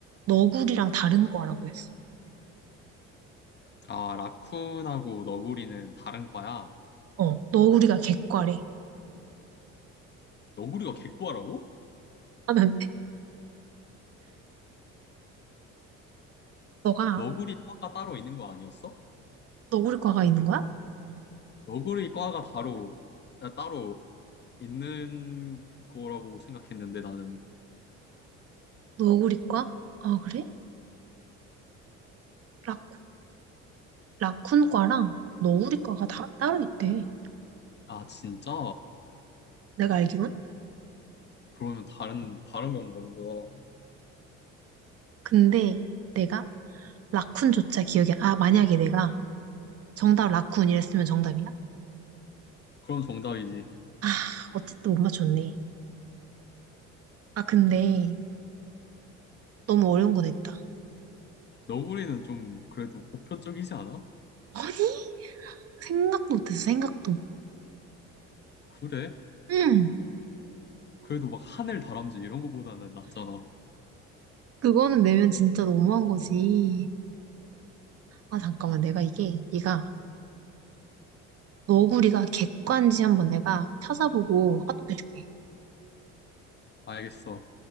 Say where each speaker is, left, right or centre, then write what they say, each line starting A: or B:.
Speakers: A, on the right; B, on the left.
A: 너구리랑 다른 과라고 했어.
B: 아, 라쿤하고 너구리는 다른 과야.
A: 어, 너구리가 개과래
B: 너구리가 개과라고?
A: 하면 <laughs> 너가
B: 너구리 과가 따로 있는 거 아니었어?
A: 너구리과가 있는 거야?
B: 너구리 과가 따로, 아, 따로 있는 거라고 생각했는데 나는.
A: 너구리과? 아, 그래? 라, 라쿤과랑 너구리과가 다, 따로 있대.
B: 아, 진짜?
A: 내가 알기론?
B: 그러면 다른, 다른 건가 보다.
A: 근데 내가 라쿤조차 기억이, 아, 만약에 내가 정답 라쿤 이랬으면 정답이야?
B: 그럼 정답이지.
A: 아, 어쨌든 못 맞췄네. 아, 근데 너무 어려운 거 냈다.
B: 너구리는 좀 그래도 보편적이지 않아?
A: 아니? 생각도 못했어, 생각도.
B: 그래?
A: 음,
B: 그래도 막 하늘 다람쥐 이런 거보다는 낫잖아.
A: 그거는 내면 진짜 너무한 거지. 아, 잠깐만, 내가 이게, 얘가, 너구리가 객관지 한번 내가 찾아보고 카톡 해줄게.
B: 알겠어.